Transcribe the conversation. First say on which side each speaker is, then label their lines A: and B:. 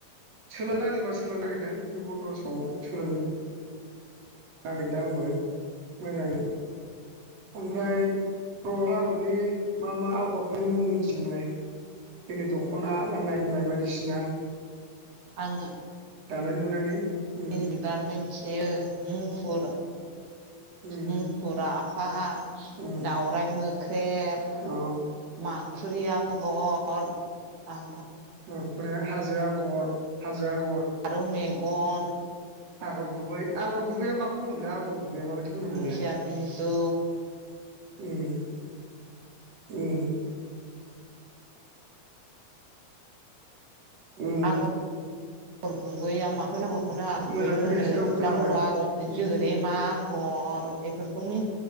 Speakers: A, on the right (about 60°); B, on the right (about 80°).
A: सोलोंनो नाङै एबार सोलोंनो नागिरदों बे बन्द' समाव सोलों नागिरदों आंबो मोजाङै ओमफ्राय बर' हारिमुनि मा मा आगरफोरनि मुं मिथियो नोंलाय जोंनि दख'ना गाननाय जोमनाय बायदिसिना
B: आंङो
A: दानाय लुनायनि उम
B: बिदि बिबार मिथियो मुफुर
A: उम
B: मुफुर आफा
A: उम
B: दावराइ मोख्रेब
A: अ
B: माखुरिया आगर आ
A: ओमफ्राय हाजो आगर हाजो आग
B: फारौ मेगन
A: आगर गुबै आगर गुबैया माखौ होनोमलाय आगर गुबै बे माबायदिखौ
B: दिंखिया
A: मोनलाय
B: बिजौ
A: उ उ उ
B: आगर आगर गु गुबैया माखौनो गरखौनो आरो गुबैबो
A: मोजां खोनायासै औ खोनाबाय
B: होनो <unintelligible>
A: उम
B: बेफोरखौ मि